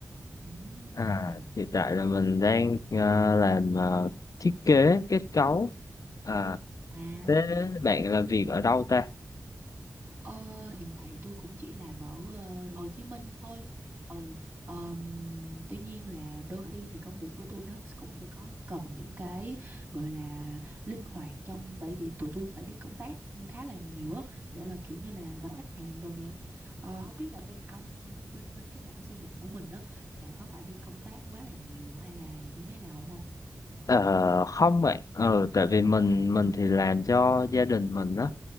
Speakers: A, on the right; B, on the left.
A: Ừm,
B: À, hiện tại là mình đang à, làm à, thiết kế kết cấu. À,
A: À.
B: thế bạn làm việc ở đâu ta?
A: Ờ, hiện tại thì tôi cũng chỉ làm ở ờ, Hồ Chí Minh thôi. Ừ, ờm, tuy nhiên là đôi khi thì công việc của tôi nó cũng sẽ có cần những cái gọi là linh hoạt trong bởi vì tụi tôi phải đi công tác ừ, khá là nhiều á để mà kiểu như là gặp khách hàng đồ nè. Ờ, không biết là bên ông bên bên cái mảng xây dựng của mình đó là có phải đi công tác quá là nhiều hay là như thế nào không? ông?
B: Ờ, không bạn. Ờ, tại vì mình mình thì làm cho gia đình mình á.